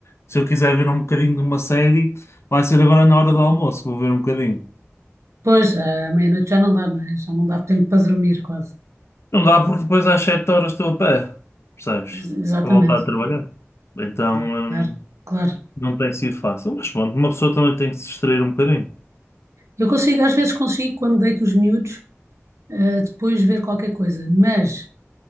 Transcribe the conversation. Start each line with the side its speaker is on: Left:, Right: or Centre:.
Left: se eu quiser ver um bocadinho de uma série, vai ser agora na hora do almoço que vou ver um bocadinho.
Right: Pois, à meia-noite já não dá, não é? Já não dá tempo para dormir quase.
Left: Não dá porque depois às 7 horas estou a pé, percebes?
Right: Ex- Exatamente.
Left: Para voltar a trabalhar. Então,
Right: É,
Left: hum,
Right: Claro, claro.
Left: não tem sido fácil. Mas pronto, uma pessoa também tem que se distrair um bocadinho.
Right: Eu consigo, às vezes consigo, quando deito os miúdos, eh, depois ver qualquer coisa, mas